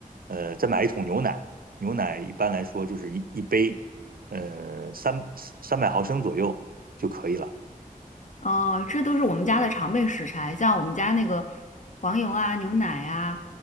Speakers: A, on the right; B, on the left.
A: 呃，再买一桶牛奶，牛奶一般来说就是一一杯，呃，三三百毫升左右就可以了。
B: 哦，这都是我们家的常备食材，像我们家那个黄油啊、牛奶啊，